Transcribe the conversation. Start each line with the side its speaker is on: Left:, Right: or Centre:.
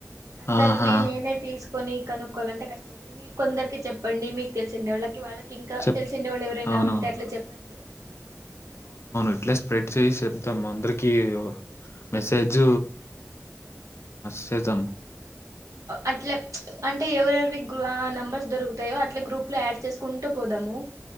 Right: అందరివి
Left: ఆహా!
Right: నేనే తీసుకు కొని కనుక్కోవాలంటే కష్టమైతది మీరు కొందరికి చెప్ ప్పండి మీకు తెలిసిండే వాళ్ళకి వాళ్ళకి ఇంకా
Left: చెప్
Right: తెలిసిండే వాళ్ళు ఎవరైనా
Left: అవునవును.
Right: ఉంటే అట్లా చెప్పండి
Left: ఇట్లా
Right: మ్మ్
Left: స్ప్రెడ్ చేసి చెప్దాం అందరి కి మెసేజ్ సేద్దాం
Right: అట్లే అంటే ఎవరెవరివి అ నెంబర్స్ దొరుకుతాయో అట్లే గ్రూప్ లో యాడ్ చేసుకుంటూ పోదాము